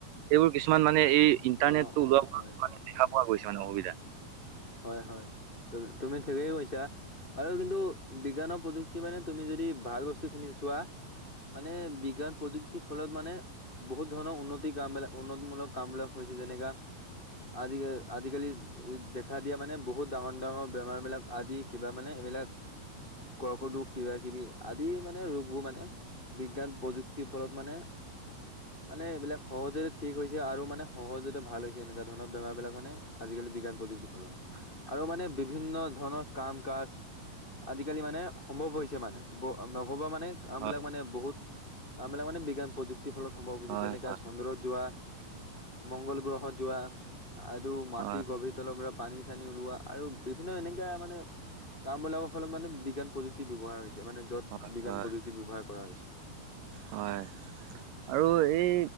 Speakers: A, on the right; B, on the left.
A: এইবোৰ কিছুমান মানে এই ইণ্টাৰনেট
B: অ
A: টো
B: অ
A: ওলোৱা
B: হয়।
A: পা মানে দেখা পোৱা গৈছে মানে অসুবিধা।
B: হয় হয়। তুমি ঠিকেই কৈছা। আৰু কিন্তু বিজ্ঞানৰ প্ৰযুক্তি মানে তুমি যদি ভাল বস্তু খিনি চোৱা। মানে বিজ্ঞান প্ৰযুক্তিৰ ফলত মানে বহুত ধৰণৰ উন্নতিৰ কাম বিলাক উন্নত মূলক কাম বিলাক হৈছে। যেনেকা আজি আজিকালি দেখ। খা দিয়া মানে বহুত ডাঙৰ ডাঙৰ বেমাৰ বিলাক আদি কিবা মানে এইবিলাক। কৰ্কত ৰোগ কিবা কিবি আদি মানে ৰোগবোৰ মানে বিজ্ঞান প্ৰযুক্তি। ফলত মানে। মানে এইবিলাক সহজতে ঠিক হৈছে আৰু মানে এইবিলাক সহজতে ঠিক হৈছে আৰু মানে সহজতে ভাল হৈছে এনেকুৱা ধৰণৰ বেমাৰ বিলাক মানে আজিকালি বিজ্ঞান প্ৰযুক্তি। ফলত আৰু মানে বিভিন্ন ধৰণ। কাম কাজ আজিকালি মানে সম্ভৱ হৈছে মানে। ব ন হ'ব মানে, কামবিলাক
A: হয়
B: মানে বহুত। কামবিলাক মানে বিজ্ঞান প্ৰযুক্তিৰ ফলত সম্ভৱ হৈছে।
A: হয়
B: যেনেকা
A: হয়
B: চন্দ্ৰত যোৱা। মংগল গ্ৰহত যোৱা আৰু মাটি
A: হয়
B: গভীৰ তলৰ পৰা। পানী চানী ওলোৱা আৰু বিভিন্ন এনেকা মানে কাম বিলাকৰ ফলত মানে বিজ্ঞান প্ৰযুক্তি ব্যয়ৱহাৰ হৈছে। মানে য'ত
A: হয়
B: বিজ্ঞান
A: হয়
B: প্ৰযুক্তি ব্যৱহাৰ কৰা হৈছে।
A: হয় আৰু এই